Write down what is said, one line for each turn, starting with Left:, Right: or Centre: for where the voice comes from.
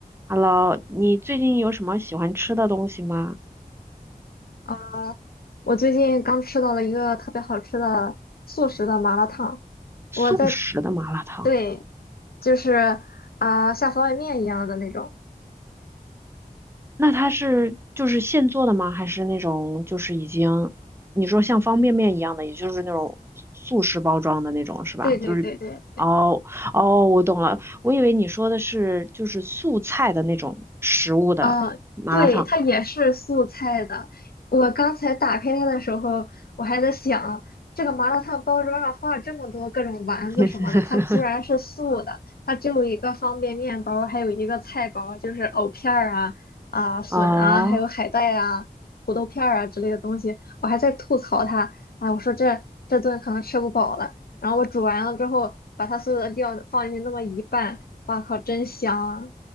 Right: Hello，你最近有什么喜欢吃的东西吗？
Left: 啊，我最近刚吃到了一个特别好吃的素食的麻辣烫，
Right: 速食的麻辣烫，
Left: 我在，对，就是啊，像方便面一样的那种。
Right: 那它是就是现做的吗？还是那种就是已经你说像方便面一样的，也就是那种速食包装的那种是吧？
Left: 对对对对，
Right: 就是哦哦，我懂了，我以为你说的是就是素菜的那种食物的麻辣烫。
Left: 啊，对，它也是素菜的。我刚才打开它的时候，我还在想，这个麻辣烫包装上画了这么多各种丸子什么的，
Right: <laughs>
Left: 它居然是素的。它只有一个方便面包，还有一个菜包，就是藕片儿啊、啊笋啊，
Right: 哦，
Left: 还有海带啊、土豆片儿啊之类的东西。我还在吐槽它啊，我说这这顿可能吃不饱了。然后我煮完了之后，把它所有的料放进去那么一拌，哇靠，真香啊！